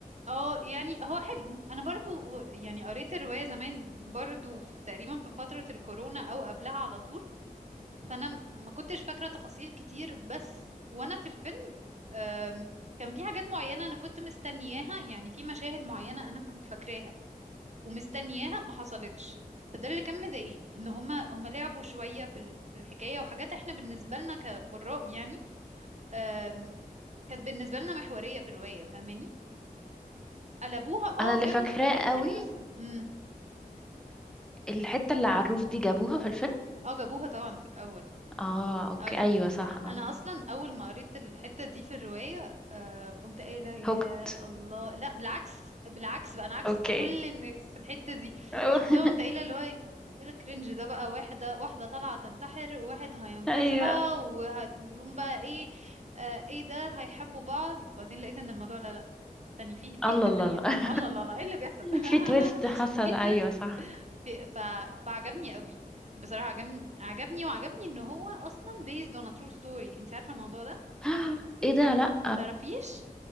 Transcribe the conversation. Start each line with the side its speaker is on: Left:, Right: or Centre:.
Right: اه يعني هو حلو انا برضو هو- يعني قريت الرواية زمان برضو في تقريبا في فترة الكورونا او قبلها على طول فانا م- ما كنتش فاكرة تفاصيل كتير بس وانا في الفيلم آم، كان في حاجات معينة انا كنت مستنياها يعني في مشاهد معينة انا كنت فاكراها ومستنياها ما حصلتش فده اللي كان مضايقني ان هما هما لعبوا شوية في ال- في الحكاية وحاجات احنا بالنسبة لنا كقراء يعني آم، كانت بالنسبة لنا محورية في الرواية فاهماني قلبوها اه
Centre: انا اللي
Right: جابوا
Centre: فاكراه
Right: في الاخر
Centre: قوي
Right: بس مم.
Centre: الحتة اللي على الروف دي جابوها في الفيلم
Right: اه جابوها طبعا في الاول
Centre: اه اوكي
Right: اه لا
Centre: ايوه صح اه
Right: انا اصلا اول ما قريت الحته دي في الروايه آه قمت قايله يا
Centre: هوكت
Right: الله لا بالعكس بالعكس بقى انا عكس
Centre: اوكي
Right: كل الناس في الحته دي
Centre: <laughs> أوه.
Right: شفتها قمت قايله اللي هو ايه الكرنج ده بقى واحده واحده طالعه تنتحر وواحد هينقذها
Centre: ايوه
Right: وهيقوم بقى ايه آه ايه ده هيحبوا بعض وبعدين لقيت ان الموضوع لا لا تاني في في
Centre: الله
Right: حاجه
Centre: الله
Right: تانية
Centre: الله
Right: الله الله الله ايه اللي بيحصل ده
Centre: في تويست
Right: <laughs>
Centre: حصل
Right: في
Centre: ايوه
Right: تويست
Centre: صح
Right: في- ف... فعجبني قوي بصراحة عجبني عجبني وعجبني ان هو اصلا based on a true story انت عارفة الموضوع ده
Centre: <gasps> ايه ده لا
Right: تعرفيش